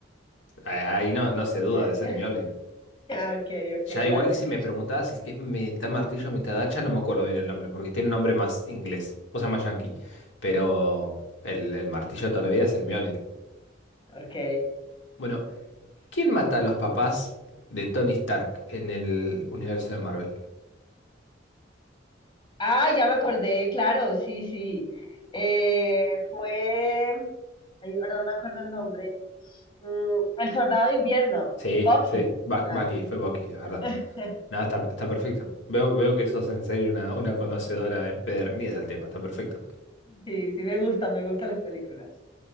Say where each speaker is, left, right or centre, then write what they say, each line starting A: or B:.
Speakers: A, on the left; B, on the left.
A: Ah, Ahí no, no se duda,
B: <laughs>
A: es el Mjolnir.
B: Eh, ah, Ok, ok,
A: Ya igual
B: dale.
A: si me preguntabas el que es mitad martillo, mitad hacha, no me acuerdo bien el nombre, porque tiene un nombre más inglés, o sea, más yankee. Pero el, el martillo de toda la vida es el Mjolnir.
B: Ok.
A: Bueno, ¿Quién mata a los papás de Tony Stark en el universo de Marvel?
B: Ah, ya me acordé, claro, sí, sí. Eh, fue, ay, ahora no me acuerdo el nombre. Mm, el soldado de invierno,
A: Sí,
B: Bucky.
A: sí, Ba-
B: Ah,
A: Bucky, fue Bucky, es verdad.
B: <laughs>
A: Nada, está, está perfecto. Veo, veo que sos en serio una, una conocedora empedernida del tema, está perfecto.
B: Sí, sí me gusta, me gustan las películas.